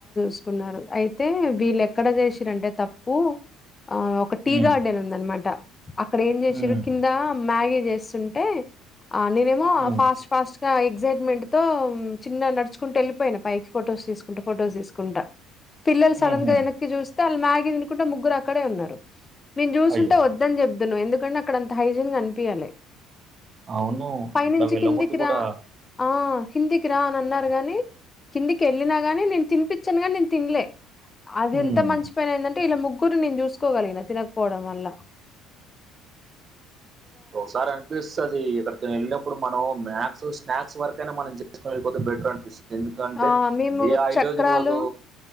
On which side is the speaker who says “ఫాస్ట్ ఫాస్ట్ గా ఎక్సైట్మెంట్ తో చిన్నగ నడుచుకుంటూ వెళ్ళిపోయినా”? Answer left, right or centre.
Left